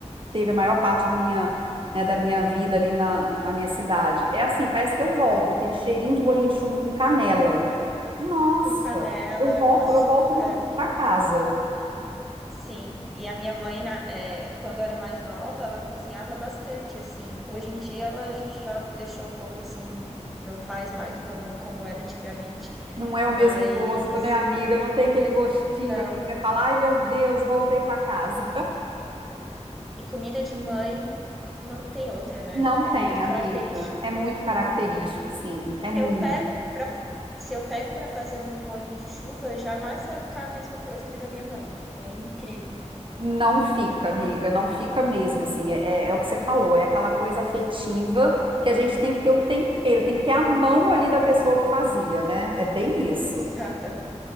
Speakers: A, on the right (about 45°); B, in the centre.
A: teve a maior parte da minha, né, da minha vida ali na, na minha cidade. É assim, parece que eu volto, aquele cheirinho de bolinho de chuva com canela. Nossa,
B: Com canela,
A: eu volto,
B: com açúcar.
A: eu volto para casa.
B: Sim, e a minha mãe, na- eh, quando era mais nova, ela cozinhava bastante, assim. Hoje em dia ela já deixou um pouco assim, não faz mais como, como era antigamente,
A: Não é o
B: mas
A: mesmo gosto, né, amiga? Não tem aquele gostinho
B: não.
A: ali que você fala, ai meu Deus, voltei para casa.
B: E comida de mãe não tem outra, né?
A: Não
B: É
A: tem,
B: muito característico.
A: amiga. É muito característico, assim. É muito.
B: Se eu pego para se eu pego para fazer um bolinho de chuva, jamais vai ficar a mesma coisa que da minha mãe. É incrível. <laughs>
A: Não fica, amiga, não fica mesmo, assim, é, é- é o que você falou, é aquela coisa afetiva que a gente tem que ter o tempero, tem que ter a mão ali da pessoa que fazia, né? É bem isso.
B: Exatamente.